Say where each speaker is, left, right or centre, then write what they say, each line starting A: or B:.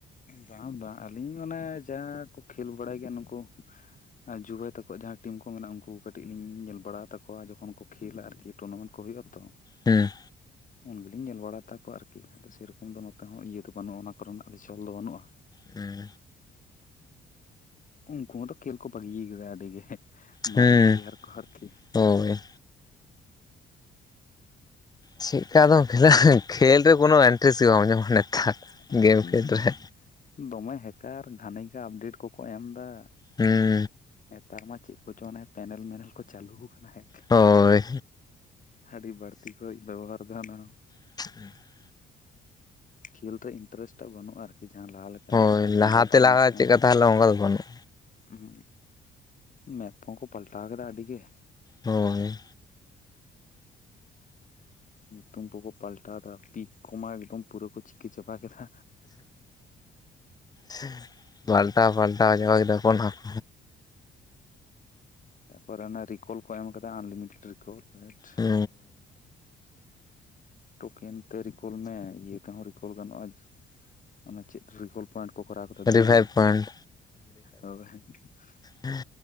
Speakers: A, on the left (about 40°); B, on the left (about 20°).
A: ᱵᱟᱝ ᱵᱟᱝ ᱟᱹᱞᱤᱧ ᱢᱟᱱᱮ ᱡᱟ ᱠᱚ ᱠᱷᱮᱹᱞ ᱵᱟᱲᱟᱭ ᱜᱮᱭᱟ ᱱᱩᱠᱩ ᱟᱨ ᱡᱩᱦᱟᱭ ᱛᱟᱠᱚᱣᱟᱜ ᱡᱟᱦᱟᱸ ᱴᱤᱢ ᱠᱚ ᱢᱮᱱᱟᱜ ᱩᱱᱠᱩ ᱠᱟᱹᱴᱤᱡ ᱞᱤᱧ ᱧᱮᱞ ᱵᱟᱲᱟ ᱛᱟᱠᱚᱣᱟ ᱡᱚᱠᱷᱚᱱ ᱠᱚ ᱠᱷᱮᱹᱞᱟ ᱟᱹᱨᱠᱤ᱾ ᱴᱩᱨᱱᱟᱢᱮᱱᱴ ᱠᱚ ᱦᱩᱭᱩᱜᱼᱟ ᱛᱚ᱾
B: ᱦᱮᱸ
A: ᱩᱱ ᱜᱮ ᱧᱮᱞ ᱵᱟᱲᱟ ᱛᱟᱠᱚᱣᱟ ᱟᱹᱨᱠᱤ ᱟᱫᱚ ᱥᱮᱨᱚᱠᱚᱢ ᱫᱚ ᱱᱚᱛᱮ ᱦᱚᱸ ᱤᱭᱟᱹ ᱫᱚ ᱵᱟᱹᱱᱩᱜᱼᱟ ᱚᱱᱟ ᱠᱚᱨᱮᱱᱟᱜ ᱫᱚ᱾ ᱪᱚᱞ ᱫᱚ ᱵᱟᱹᱱᱩᱜᱼᱟ᱾
B: ᱦᱩᱸ
A: ᱩᱱᱠᱩ ᱢᱟᱛᱚ ᱠᱷᱮᱹᱞ ᱠᱚ ᱵᱟᱹᱜᱤ ᱠᱟᱫᱟ ᱟᱹᱰᱤ ᱜᱮ ᱢᱟᱨᱮ
B: ᱦᱩᱸ
A: ᱯᱮᱞᱮᱭᱟᱨ ᱠᱚ ᱟᱹᱨᱠᱤ᱾
B: ᱦᱳᱭ ᱪᱮᱫᱠᱟ ᱟᱫᱚᱢ
A: ᱛ
B: ᱠᱷᱮᱞᱟ
A: ᱫᱚ <unintelligible>
B: ᱠᱷᱮᱞ ᱨᱮ ᱠᱳᱱᱳ ᱤᱱᱴᱟᱨᱮᱥᱴ ᱜᱮ ᱵᱟᱢ ᱧᱟᱢᱟ ᱱᱮᱛᱟᱨ ᱜᱮᱢ ᱠᱷᱮᱞ ᱨᱮ
A: ᱫᱚᱢᱮ ᱦᱮᱠᱟᱨ ᱜᱷᱟᱱᱮ ᱜᱮ ᱟᱯᱰᱮᱴ ᱠᱚᱠᱚ ᱮᱢ ᱫᱟ᱾
B: ᱦᱮᱸ
A: ᱱᱮᱛᱟᱨ ᱢᱟ ᱪᱮᱫ ᱠᱚᱪᱚ ᱯᱮᱱᱮᱞ ᱢᱮᱱᱮᱞ ᱠᱚ ᱪᱟᱹᱞᱩ ᱟᱠᱟᱱᱟ ᱦᱮᱸ᱾
B: ᱦᱳᱭ
A: ᱟᱹᱰᱤ ᱵᱟᱹᱲᱛᱤ ᱠᱚ ᱵᱮᱵᱚᱦᱟᱨᱫᱟ ᱚᱱᱟ᱾
B: <unintelligible>
A: ᱠᱷᱮᱞᱨᱮ ᱤᱱᱴᱨᱮᱥᱴ ᱴᱟᱜ ᱵᱟᱹᱱᱩᱜᱼᱟ ᱟᱹᱨᱠᱤ ᱡᱟᱦᱟᱸ ᱞᱟᱦᱟ ᱞᱮᱠᱟ
B: ᱦᱳᱭ
A: ᱤᱭᱟᱹ ᱢᱚᱡᱟ
B: ᱞᱟᱦᱟᱛᱮ
A: ᱴᱟᱜ ᱧᱟᱢᱚᱜ
B: ᱞᱟᱦᱟ
A: ᱛᱟᱦᱮᱸᱫ
B: ᱪᱮᱫᱠᱟ
A: ᱵᱟᱹᱱᱩᱜᱼᱟ᱾
B: ᱛᱟᱦᱮᱸ ᱚᱱᱠᱟ ᱫᱚ ᱵᱟᱹᱱᱩᱜᱼᱟ
A: ᱦᱮᱸ ᱢᱮᱯ ᱠᱚᱦᱚᱸ ᱠᱚ ᱯᱟᱞᱴᱟᱣ ᱟᱠᱟᱫᱟ ᱟᱹᱰᱤ ᱜᱮ᱾
B: ᱦᱳᱭ
A: ᱧᱩᱛᱩᱢ ᱠᱚᱠᱚ ᱯᱟᱞᱴᱟᱣ ᱫᱟ ᱯᱤᱠ ᱠᱚᱢᱟ ᱮᱠᱫᱚᱢ ᱯᱩᱨᱟᱹ ᱠᱚ ᱪᱤᱠᱟᱹ ᱪᱟᱵᱟ ᱠᱮᱫᱟ᱾
B: ᱦᱩᱸ ᱯᱟᱞᱴᱟᱣ ᱯᱟᱞᱴᱟᱣ ᱪᱟᱵᱟ ᱠᱮᱫᱟ ᱠᱚ ᱚᱱᱟ ᱾
A: ᱛᱟᱯᱚᱨ ᱚᱱᱟ ᱨᱤᱠᱚᱞ ᱠᱚ ᱮᱢ ᱟᱠᱟᱫᱟ ᱟᱱᱞᱤᱢᱤᱴᱮᱰ ᱨᱤᱠᱚᱞ ᱨᱮᱴ᱾
B: ᱦᱚᱻ
A: ᱴᱳᱠᱮᱱ ᱛᱮ ᱨᱤᱠᱚᱞ ᱢᱮ ᱤᱭᱟᱹ ᱛᱮᱦᱚᱸ ᱨᱤᱠᱚᱞ ᱜᱟᱱᱚᱜᱼᱟ ᱢᱟᱱᱮ᱾ ᱪᱮᱫ ᱨᱮᱠᱚᱞ ᱯᱚᱭᱮᱱᱴ ᱠᱚ ᱠᱚᱨᱟᱣ ᱠᱟᱫᱟ
B: ᱨᱤᱵᱷᱟᱭᱤᱵᱷ
A: ᱫᱤᱞ
B: ᱯᱚᱭᱮᱱᱴ
A: ᱚ ᱦᱳᱭ ᱾
B: ᱦᱩᱸ